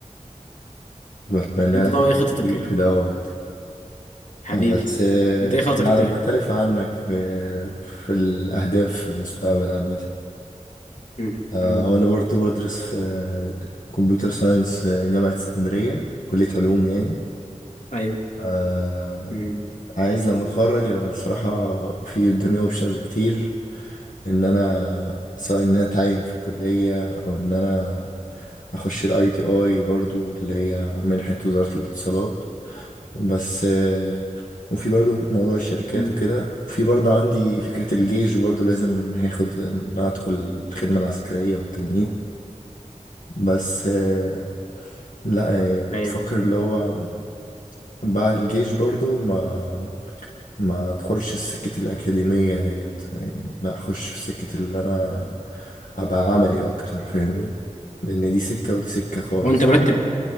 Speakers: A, on the left; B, on the left.
A: بتمنى
B: انت
A: لك
B: طبعا
A: التوفيق
B: ايه خطتك ال-
A: في دوت
B: حبيبي
A: آه، بس آه،
B: انت ايه خطتك
A: لا
B: انت
A: أنا
B: ايه
A: مختلف عنك في في الأهداف في المستقبل عامة
B: مم.
A: آه،
B: مم.
A: هو أنا برضو بدرس في كمبيوتر ساينس آه، جامعة اسكندرية كلية علوم يعني
B: ايوه
A: آه،
B: مم.
A: عايز لما أتخرج يعني أنا بصراحة في قدامي أوبشنز كتير إن أنا سواء إن أنا أتعين في الكلية أو إن أنا أخش ال ITI برضو اللي هي منحة وزارة الاتصالات بس آه، وفي برضو موضوع الشركات
B: مم.
A: وكده وفي برضو عندي فكرة الجيش برضو لازم هاخد إن أنا أدخل الخدمة العسكرية والتجنيد بس آه، لا يعني
B: ايوه
A: بفكر اللي هو بعد الجيش برضو ما ما ادخلش سكة الأكاديمية ديت يعني لا أخش في سكة اللي أنا أبقى عملي أكتر فاهمني لأن دي سكة ودي سكة خالص
B: هو انت مرتب
A: يعني